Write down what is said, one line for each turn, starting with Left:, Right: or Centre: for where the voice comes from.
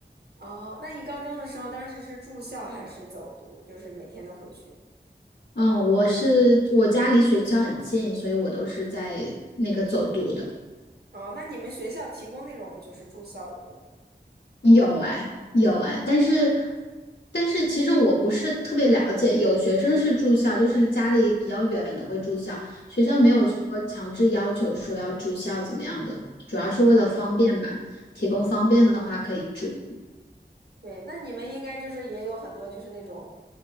Right: 哦，那你高中的时候，当时是住校还是走读？就是每天都回去？
Left: 嗯，我是我家离学校很近，所以我都是在那个走读的。
Right: 哦，那你们学校提供那种就是住校的那种？
Left: 有哎，有哎，但是但是其实我不是特别了解，有学生是住校，就是家里比较远的会住校，学校没有说强制要求说要住校怎么样的，
Right: 嗯。
Left: 主要是为了方便吧，提供方便的话可以住。
Right: 对，那你们应该就是也有很多就是那种，